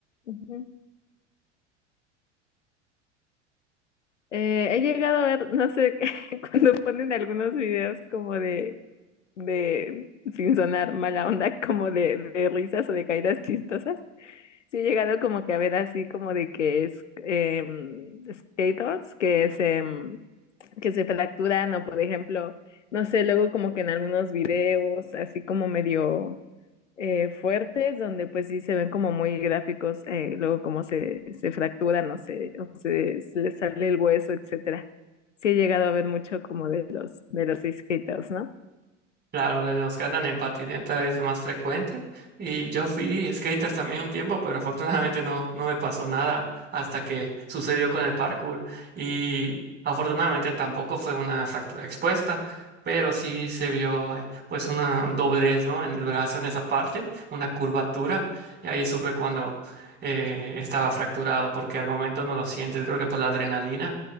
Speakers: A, on the left; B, on the right.
A: ujú, Eh, he llegado a ver, no sé, <laughs> cuando ponen algunos videos como de, de, sin sonar mala onda, como de, de risas o de caídas chistosas. Sí he llegado como que a ver así como de que es em, skaters que se, em, que se fracturan o por ejemplo, no sé, luego como que en algunos videos así como medio eh, fuertes, donde pues sí se ven como muy gráficos, eh, luego cómo se, se fracturan, no sé, o se, se les sale el hueso, etcétera. Sí he llegado a ver mucho como de los, de los skaters, ¿no?
B: Claro, de los que andan en patineta es más frecuente. Y yo fui skater también un tiempo, pero afortunadamente no, no me pasó nada hasta que sucedió con el parkour. Y afortunadamente tampoco fue una fractura expuesta, pero sí se vio eh, pues una doblez, ¿no? En el brazo, en esa parte, una curvatura. Y ahí supe cuando eh, estaba fracturado, porque al momento no lo sientes, creo que por la adrenalina,